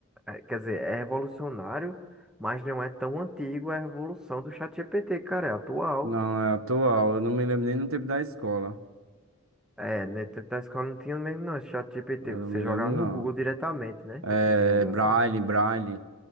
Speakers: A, in the centre; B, on the right.
A: É, quer dizer, é revolucionário, mas não é tão antigo a revolução do chat GPT, cara, é atual.
B: Não, é atual. Eu não me lembro nem no tempo da escola.
A: É, né, tanto da escola não tinha mesmo, não, esse chat GPT,
B: Eu
A: você
B: não me
A: jogava
B: lembro, não.
A: no Google diretamente, né?
B: É
A: Assim, digamos
B: Braille,
A: assim.
B: Braille.